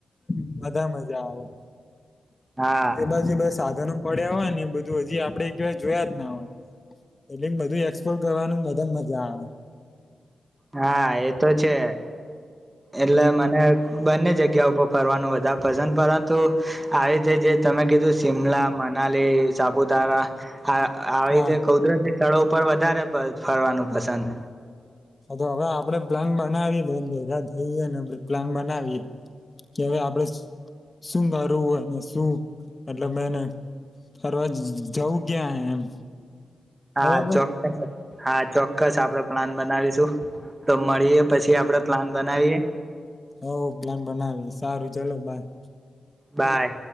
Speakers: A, on the left; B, on the right.
A: બધા મજા આવે
B: હા
A: એ બાછી <unintelligible> બધા મળડ્યા હોય ને એ બધું હજી આપડે એક જોયા જ ના હોય એટલે બધું એક્સપ્લોર કરવાનું બધા મજા આવે
B: હા એતો છે એટલે મને બંને જગ્યા ઉપર ફરવાનું વધારે પસંદ પરંતુ આવી રીતે જે તમે કીધું શિમલા મનાલી સાપુતારા હા આવી
A: હા
B: રીતે કુદરતી સ્થળો પર વધારે ફરવાનું પસંદ
A: તો હવે આપણે પ્લાન બનાવીએ ભેગા થઈએ પ્લાન બનાવીએે કે હવે આપડે શુ શું કરવુંય અને શું મતલબ એને ફરવા જવું ક્યાં એમ
B: હા
A: બરાબર
B: ચોકસ હા ચો ચીક્ક્સ આપડે પ્લાન બનાવીશું તો મળીએ પછી આપડે પ્લાન બનાવીએ
A: હ પ્લાન બનાવી સારું ચલો બાઈ
B: બાય